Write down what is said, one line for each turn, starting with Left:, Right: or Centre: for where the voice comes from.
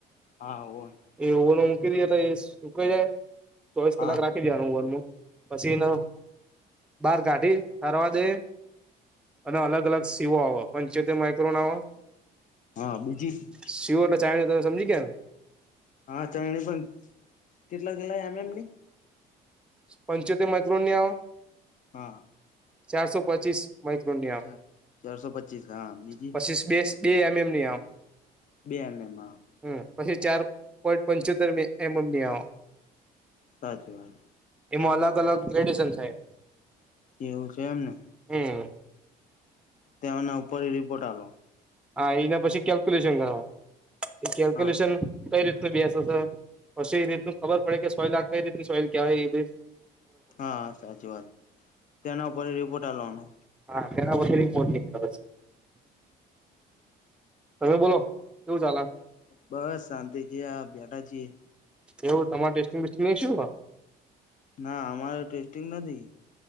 Left: હા. <unintelligible>
Centre: એ ઓવો ન મૂકી દ તો એ સુકાઈ જાય ચોવીસ કલાક
Left: હા
Centre: રાખી. નુંલ પછી એને બાર કાઢી તારવાદ એ. અને અલગ અલગ સીવો આવ. ક્રોર સમજી
Left: હા બીજી
Centre: ગયાને.
Left: હા ચરણી પણ કેટલા કલા એમ એમની.
Centre: પંચોતે માઇક્રોન ની આવે.
Left: હા.
Centre: ચારસો પચીસ માઈક્રોન
Left: ચાલ ચારસો પચીસ હા બીજી
Centre: પછીસ બે. બે એમ એમ નહ આ.
Left: બે એમ એમમાં.
Centre: હ પછી ચાર પોઈન્ટ પંચોતેર એમમની આવ.
Left: સાચી વાન.
Centre: એમાં અલગ અલગ ગ્રેડેશન છેાય.
Left: એવું છે એને.
Centre: હમ.
Left: તેના ઉપર રિપોર્ટ આલો.
Centre: હા એના પછી કેલ્ક્યુલેશન કરવાનું એ કેલ્ક્યુલેશન
Left: હા
Centre: કઈ રીત ન બેસ હશે પછી એ રીત ખબર પડે કે સોલ આ કઈ રીતની સોઈલ કવાય એ બી.
Left: હા સાચી વાત તેના ઉપર રિપોર્ટ આ લવાનો.
Centre: હા મેરાછ બ મોટની પછ. તમે બોલો કેવું ચાલે.
Left: બસ શાંતિજી આ બેડાા જીએ.
Centre: એવું તમા ટેસ્ટિંગ વસ્ટિંગ નઈ શું.
Left: ના અમારે ટેસ્ટિંગ નથી.